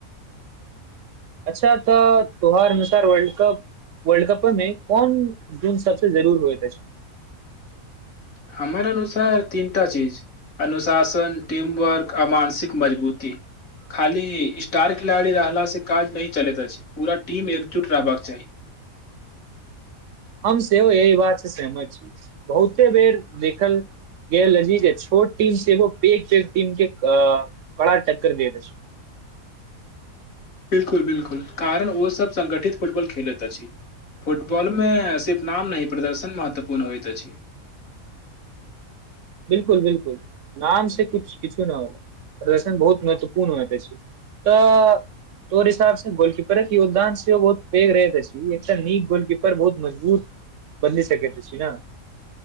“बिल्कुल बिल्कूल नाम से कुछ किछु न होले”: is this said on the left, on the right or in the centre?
Right